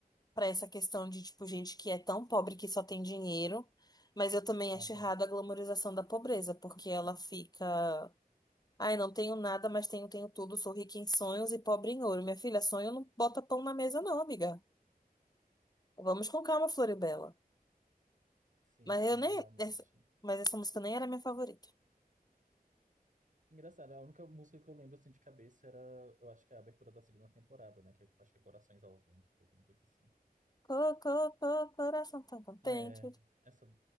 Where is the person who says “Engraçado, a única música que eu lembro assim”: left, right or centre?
Right